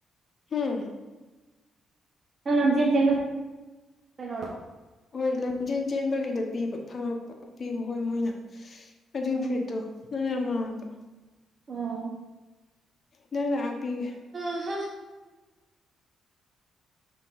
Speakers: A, on the left; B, on the right.
A: ꯍꯝ
B: ꯅꯪ ꯂꯝꯖꯦꯟ ꯆꯦꯟꯕ ꯀꯩꯅꯣꯔꯣ
A: ꯍꯣꯏ ꯂꯝꯖꯦꯟ ꯆꯦꯟꯕꯒꯤꯗ ꯄꯤꯕ ꯐꯪꯉꯛꯄ ꯄꯤꯕ ꯍꯣꯏ ꯃꯣꯏꯅ ꯑꯗꯨꯏ
B: ꯎꯝ
A: ꯐꯨꯔꯤꯠꯇꯣ ꯅꯪ ꯌꯝ ꯃꯟꯕꯥ
B: ꯑꯣ
A: ꯅꯪ ꯂꯥꯛꯑꯄꯤꯒꯦ
B: ꯑꯍꯥ